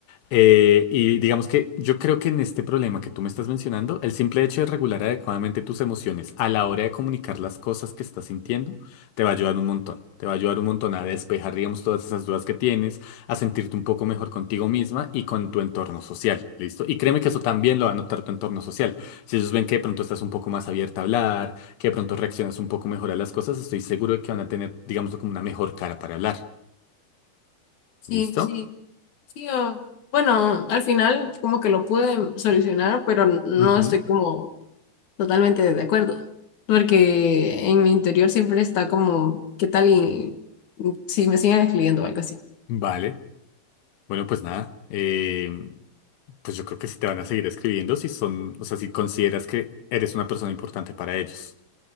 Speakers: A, on the left; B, on the left.
A: eh, y digamos que yo creo que en este problema que tú me estás mencionando, el simple hecho de regular adecuadamente tus emociones a la hora de comunicar las cosas que estás sintiendo, te va a ayudar un montón. Te va a ayudar un montón a despejar, digamos, todas esas dudas que tienes, a sentirte un poco mejor contigo misma y con tu entorno social, ¿listo? Y créeme que eso también lo va a notar tu entorno social. Si ellos ven que de pronto estás un poco más abierta a hablar, que de pronto reaccionas un poco mejor a las cosas, estoy seguro de que van a tener, digamos, como una mejor cara para hablar,
B: Sí,
A: ¿listo?
B: sí, sí. o- bueno, al final como que lo pude solucionar, pero no
A: Ujú,
B: estoy como totalmente de acuerdo. Porque en mi interior siempre está como, ¿qué tal y si me siguen escribiendo o algo así?
A: Vale. Bueno, pues nada, eh, pues yo creo que si te van a seguir escribiendo, si son, o sea, si consideras que eres una persona importante para ellos.